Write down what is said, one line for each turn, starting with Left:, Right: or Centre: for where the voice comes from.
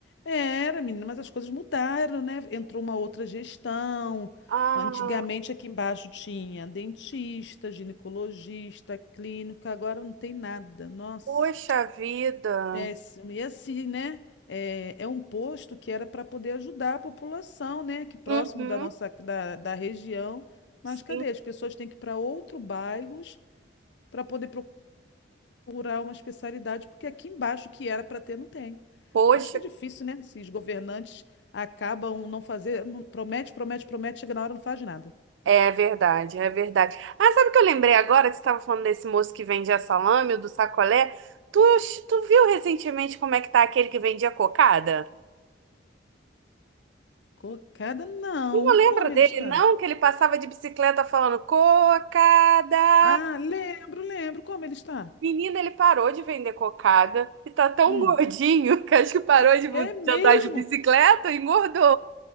Left: Era, menina, mas as coisas mudaram, né? Entrou uma outra gestão.
Right: Ah,
Left: Antigamente aqui embaixo tinha dentista, ginecologista, clínica, agora não tem nada. Nossa,
Right: poxa vida.
Left: péssimo. E assim, né? É, é um posto que era para poder ajudar a população, né? Que próximo
Right: Uhum,
Left: da nossa da, da região. Mas
Right: sim.
Left: cadê? As pessoas têm que ir para outros bairros para poder procurar uma especialidade, porque aqui embaixo que era para ter, não tem.
Right: Poxa.
Left: Mas fica difícil, né? Se os governantes acabam não fazer, não- promete, promete, promete, chega na hora e não faz nada.
Right: É verdade, é verdade. Ah, sabe o que eu lembrei agora que você estava falando desse moço que vendia salame, o do sacolé? Tu, tu viu recentemente como é que tá aquele que vendia cocada?
Left: Cocada, não.
Right: Tu não lembra
Left: Como
Right: dele,
Left: ele está?
Right: não? Que ele passava de bicicleta falando cocada.
Left: Ah, lembro, lembro. Como ele está?
Right: Menina, ele parou de vender cocada e tá tão
Left: Hum.
Right: gordinho <laughs> que acho que parou de de
Left: É mesmo?
Right: andar de bicicleta e engordou.